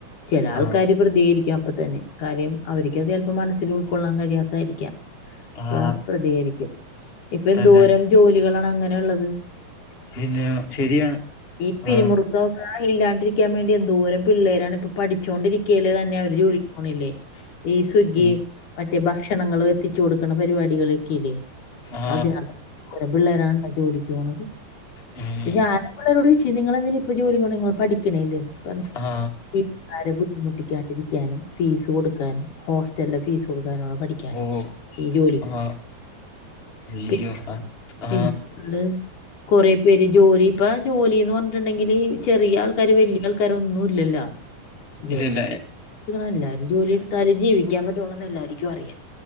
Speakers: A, on the left; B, on the left.
A: ചെല ആൾക്കാാര്
B: ആ
A: പ്രതികരിക്കാം പ്പൊത്തന്നെ കാര്യം അവർക്ക്ത് ചല്പ്പം മനസ്സിൽ ഉൾക്കൊള്ളാൻ കഴിയാത്തായിരിക്കാ ഇപ്പ
B: ആ
A: പ്രതികരിക്കും ഇപ്പൊ എന്തൂരം
B: തന്നെ
A: ജോലികളാണ് ങ്ങനെയുള്ളത്
B: പിന്നെ ശരിയാ
A: ഈ പിരിമുറുക്കൊക്കെ
B: ആ
A: ഇല്ലാണ്ടിരിക്കാൻ വേണ്ടി എന്തുവോരം പിള്ളേരാണ് ഇപ്പൊ പഠിച്ചൊണ്ടിരിക്യാൽ തന്നെ അവര് ജോലി പോണില്ലേ ഈ സ്വിഗ്ഗി
B: ഉം
A: മറ്റ് റ്റേ ഭക്ഷണങ്ങൾ എത്തിച്ചു കൊടുക്ക്ണ പരിപാടികൾ ഒക്കെയില്ലേ
B: ആ
A: അതിനാത് എന്തോരം പിള്ളേരാണ്ടാ ജോലി ക്യോണത്
B: ഉം
A: ഇപ്പം ഞാനാ പുള്ളേരോടൊയ്ച് നിങളെന്തിനാ ഇപ്പം ജോലിക്കൊനെ ഇങ്ങൾ പഠിക് ക്ണേല്ലേ അപം പറഞ്
B: ആ
A: വീട്ട്കാരെ ബുദ്ദ് ബുദ്ധിമുട്ടിക്കാണ്ടിരിക്കാനും ഫീസ് കൊടുക്കാനും ഹോസ്റ്റൽലെ ഫീസ് കൊട് <unintelligible> പഠിക്യാനെ
B: ഓ
A: ഈ ജോലിക്ക്
B: ആ
A: പോണേ
B: അയ്യോ
A: <unintelligible>
B: ആ ആ
A: കൊറേ പേര് ജോലി ഇപ്പ ജോലിന്ന് പറഞ്ഞിട്ട്ണ്ടെങ്കില് ചെറിയ ആൾക്കാര് വല്ലിയ ആൾക്കാരൊന്നും ഇല്ലല്ലോ <unintelligible>
B: ഇല്ലല്ല
A: <unintelligible> എല്ലരും ജോലിയെടുത്താലെ ജീവിക്കാൻ പറ്റുയൊള്ളു എന്ന് എല്ലാരിക്കും അറിയാം